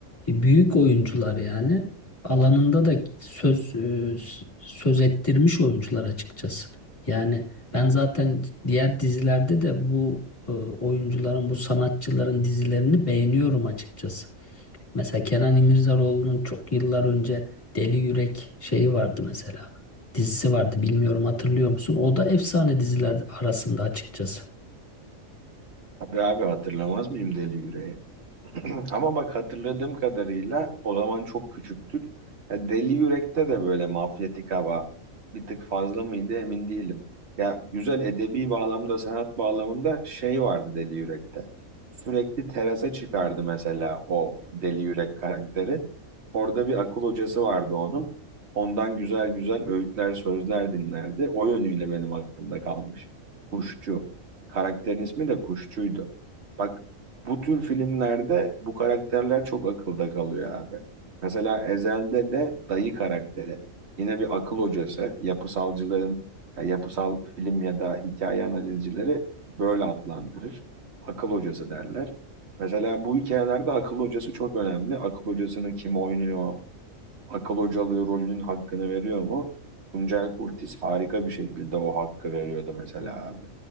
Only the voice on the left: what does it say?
e, büyük oyuncular yani alanında da söz e, s- söz ettirmiş oyuncular açıkçası. Yani ben zaten diğer dizilerde de bu e, oyuncuların, bu sanatçıların dizilerini beğeniyorum açıkçası. Mesela Kenan İmirzalıoğlu'nun çok yıllar önce Deli Yürek şeyi vardı mesela. Dizisi vardı bilmiyorum hatırlıyor musun? O da efsane diziler arasında açıkçası.